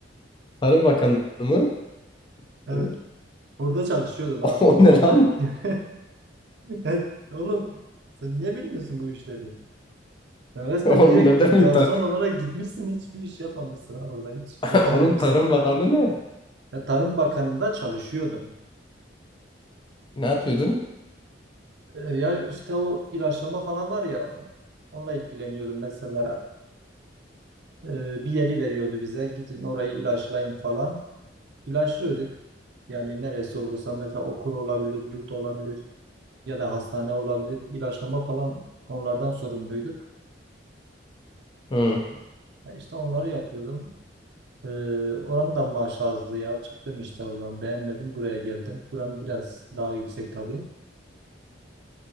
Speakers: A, on the left (about 25°); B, on the right (about 65°).
A: Tarım Bakanı mı?
B: Evet.
A: <laughs>
B: Orada çalışıyordum ha.
A: O ne lan?
B: <laughs> Evet, Oğlum sen niye bilmiyorsun bu işleri? Sen resmen
A: Oğlum
B: direkt
A: nerede
B: garson
A: mi? Tar
B: olarak gitmişsin hiçbir iş yapmamışsın ha orada hiç
A: <laughs>
B: öğrenmemişsin.
A: Oğlum Tarım Bakanı ne?
B: Ya Tarım Bakanı'nda çalışıyordum.
A: Ne yapıyordun?
B: Ee, Ya işte o ilaçlama falan var ya onunla ilgileniyordum mesela. Ee, bir yeri veriyordu bize gidin orayı ilaçlayın falan. İlaçlıyorduk. Yani neresi olursa mesela okul olabilir, yurt olabilir ya da hastane olabilir. İlaçlama falan onlardan sorumluyduk.
A: Hı.
B: Yani işte onları yapıyordum. Ee, oranın da maaşı azdı ya. Çıktım işte oradan beğenmedim buraya geldim. Buranın biraz daha yüksek tabii.